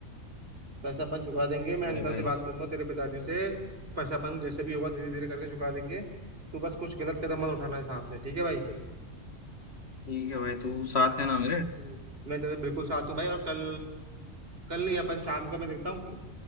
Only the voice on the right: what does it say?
पैसा अपन चुका देंगे मैं अंकल
से बात करूंगा तेरे पिताजी से पैसा अपन जैसे भी होगा धीरे धीरे करके चुका देंगे तू बस कुछ गलत कदम मत उठाना है यहाँ से ठीक है भाई
हम्म, मैं तेरे बिल्कुल साथ हूँ भाई और कल कल नहीं अपन शाम को मैं देखता हूँ कि